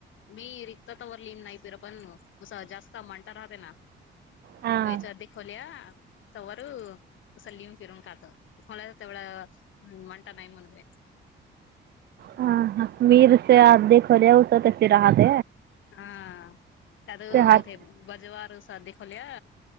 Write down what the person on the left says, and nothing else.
मी रिक्त तवर न नाही फिर पणं जास्त म्हणता राहते ना.
वेच अधी खोल्या. तवर सं लिून फिरून खात मला तेवढं म्हणता नाही म्हण.
हा तू
ते बजवार सादखलीया.